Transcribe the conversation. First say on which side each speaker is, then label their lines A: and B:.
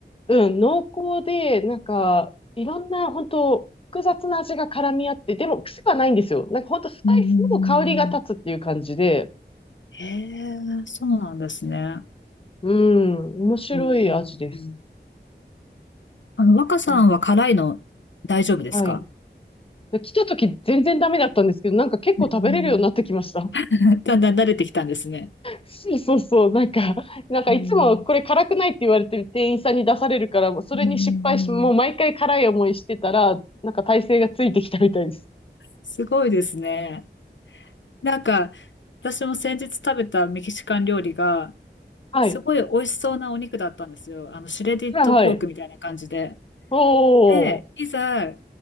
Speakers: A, on the left; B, on the left.
A: うん、濃厚で、なんか、いろんな、本当複雑な味が絡み合って、でも癖はないんですよ。なんか本当スパイスの香りが立つっていう感じで、
B: うんへえ、そうなんですね。
A: うん、面白い味です。
B: うんうんうんあの、若さんは辛いの大丈夫ですか
A: なんか、はい。で来た時全然ダメだったんですけど、なんか結構食べれるようになってきました。
B: うん <laughs> だんだん慣れてきたんですね。
A: そうそうそう、なんか、なんかいつもこれ辛くないって言われてる店員さんに出されるから、
B: うん
A: もうそれに失敗し、
B: うんうんうん
A: もう毎回辛い思いしてたら、なんか体勢がついてきたみたいです。
B: すごいですね。なんか、私も先日食べたメキシカン料理が、
A: はい。
B: すごい美味しそうなお肉だったんですよ。あの、シュレディッドポークみたいな感じで。
A: はいはい。おー。
B: で、いざ、